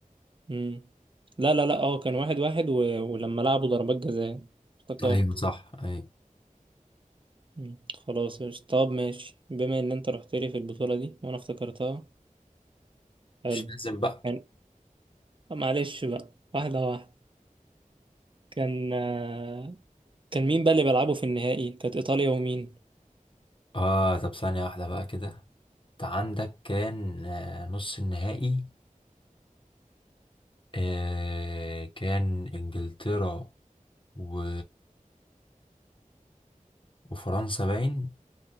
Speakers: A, on the right; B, on the left.
A: مم. لا لا لا اه كان واحد واحد و... ولما لعبوا ضربات جزاء افتكرت
B: ايوه ايوه صح ايوه
A: مم. خلاص يا طب ماشي بما ان انت رحت لي في البطولة دي وانا افتكرتها حلو
B: مش لازم بقى
A: يعني معلش بقى واحدة واحدة كان آه، كان مين بقى اللي بيلعبوا في النهائي كانت ايطاليا ومين
B: اه طب ثانية واحدة بقى كده انت عندك كان آه، نص النهائي آه كان انجلترا و... وفرنسا باين